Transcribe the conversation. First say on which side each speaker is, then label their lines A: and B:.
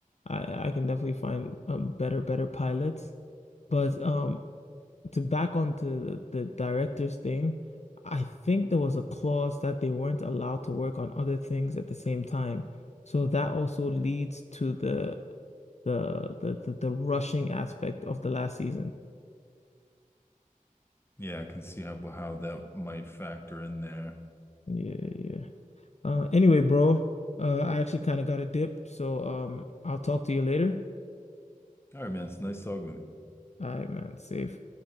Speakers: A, on the left; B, on the left.
A: I I can definitely find um better better pilots. But um, to back onto the, the director's thing, I think there was a clause that they weren't allowed to work on other things at the same time. So that also leads to the the the the, the rushing aspect of the last season.
B: Yeah, I can see how how that might factor in there.
A: Yeah, yeah. Uh, anyway, bro, uh, I actually kind of got a dip, so um, I'll talk to you later.
B: All right, man, it's nice talking with you.
A: All right, man, safe.